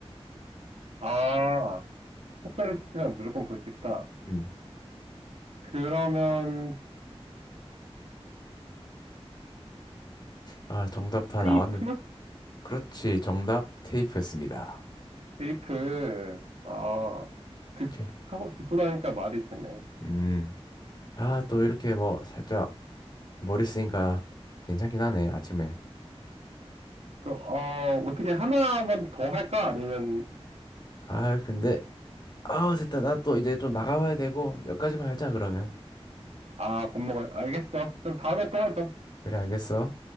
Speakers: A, on the right (about 80°); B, on the left (about 40°).
A: 아, 색깔을 시키면 무조건 볼 수 있다.
B: 음.
A: 그러면
B: 아, 정답 다
A: 테이프?
B: 나왔는. 그렇지. 정답 테이프였습니다.
A: 테이프. 아, 듣,
B: 오케이.
A: 하고 듣고 나니까 말이 되네.
B: 음. 아, 또 이렇게 뭐 살짝 머리 쓰니까 괜찮긴 하네, 아침에.
A: 그, 어, 어떻게 하나만 더 할까? 아니면
B: 아, 근데 아, 됐다. 나 또 이제 좀 나가봐야 되고 여기까지만 하자 그러면.
A: 아, 밥 먹어야 알겠어. 그럼 다음에 또 하자.
B: 그래, 알겠어.